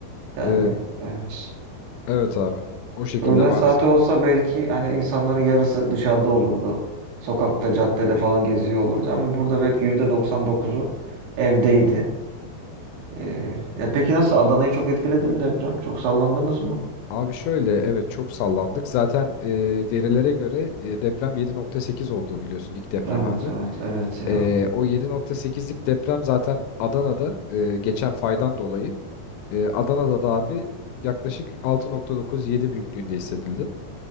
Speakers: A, on the right (about 75°); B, on the left (about 85°).
A: Yani
B: E,
A: evet.
B: evet abi. O şekilde
A: Öğlen
B: maalesef.
A: saati olsa belki hani insanların yarısı dışarıda olurdu. Sokakta, caddede falan geziyor olurdu ama burada belki yüzde doksan dokuzu evdeydi. Ee, ya peki nasıl Adana'yı çok etkiledi mi deprem? Çok sallandınız mı?
B: Abi şöyle evet çok sallandık. Zaten e, verilere göre e, deprem 7.8 olduğu biliyorsun ilk deprem
A: Evet,
B: abi.
A: evet, evet ya.
B: Ee, o 7.8'lik deprem zaten Adana'da e, geçen faydan dolayı e, Adana'da da abi yaklaşık 6.9-7 büyüklüğünde hissedildi.